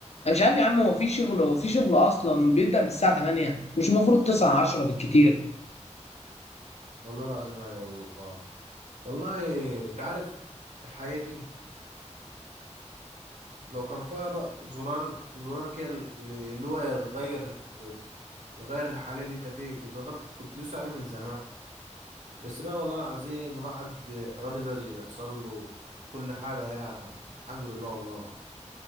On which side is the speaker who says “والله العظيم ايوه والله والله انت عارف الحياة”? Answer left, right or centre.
Right